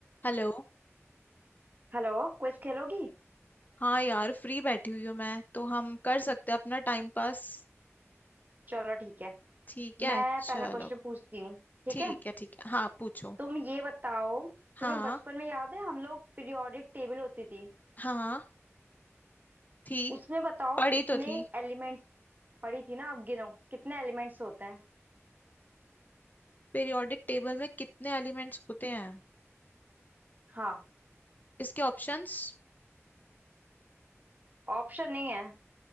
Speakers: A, on the left; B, on the right.
A: Hello
B: हेलो क्विज खेलोगी
A: हाँ यार free बैठी हुई हूँ मैं तो हम कर सकते हैं अपना टाइम पास
B: चलो ठीक है
A: ठीक है
B: मैं पहला
A: चलो
B: क्वेश्चन पूछती हूँ ठीक
A: ठीक
B: है
A: है ठीक है हाँ पूछो
B: तुम ये बताओ
A: हाँ
B: तुम्हें बचपन में याद है हम लोग पीरियोडिक टेबल होती थी
A: हाँ थी
B: उसमें बताओ
A: पढ़ी
B: कितने
A: तो थी
B: एलिमेंट्स पड़ी थी ना अब गिनो कितने एलिमेंट्स होते हैं
A: पीरियोडिक टेबल में कितने एलिमेंट्स होते हैं
B: हाँ
A: इसके ऑप्शंस
B: ऑप्शन नहीं है